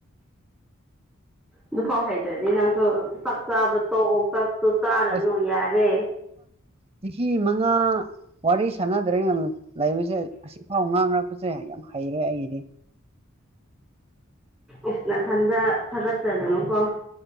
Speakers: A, in the centre; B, on the right (about 30°).
A: ꯑꯗꯨꯐꯥꯎ ꯍꯩꯇ꯭ꯔꯗꯤ ꯅꯪꯁꯨ ꯆꯥꯛ ꯆꯥꯕꯗ ꯇꯣꯛꯑꯣ ꯆꯥꯛ ꯁꯨꯆꯥꯔꯅꯨ
B: ꯑꯁ
A: ꯌꯥꯔꯦ
B: ꯆꯍꯤ ꯃꯉꯥ ꯋꯥꯔꯤ ꯁꯥꯟꯅꯗ꯭ꯔꯦ ꯂꯩꯕꯁꯦ ꯉꯁꯤꯐꯥꯎ ꯉꯥꯡꯅꯔꯛꯄꯁꯦ ꯌꯥꯝ ꯍꯩꯔꯦ ꯑꯩꯗꯤ
A: ꯏꯁ ꯅꯊꯟꯗ ꯊꯥꯒꯠꯆꯗꯅꯨꯀꯣ